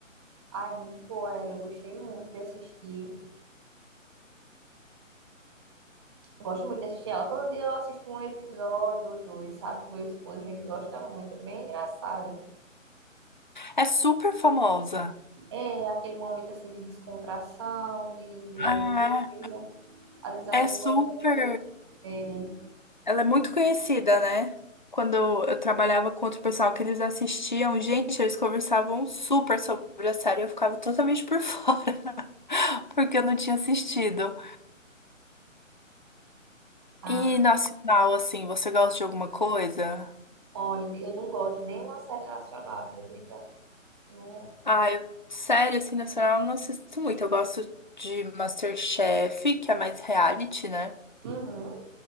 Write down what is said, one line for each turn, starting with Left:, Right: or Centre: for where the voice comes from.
Right: Ah, é muito boa ela, eu gostei muito de assistir. Gosto muito de assistir ela. Todo dia eu assisto um episódio ou dois, sabe? Com meu esposo, a gente gosta muito, é bem engraçado.
Left: É super famosa.
Right: É aquele momento assim de descontração, de, de leveza.
Left: Ah,
Right: Às vezes ali
Left: é
Right: no
Left: super.
Right: almoço. É.
Left: Ela é muito conhecida, né? Quando eu trabalhava com outro pessoal que eles assistiam, gente, eles conversavam super sobre a série, e eu ficava totalmente por fora, <laughs> porque eu não tinha assistido.
Right: Ah,
Left: E nacional, assim, você gosta de alguma coisa?
Right: olha, eu não gosto de nenhuma série nacional, acredita? Não.
Left: Ah, eu, série assim, nacional, eu não assisto muito. Eu gosto de MasterChef, que é mais reality, né?
Right: Uhum.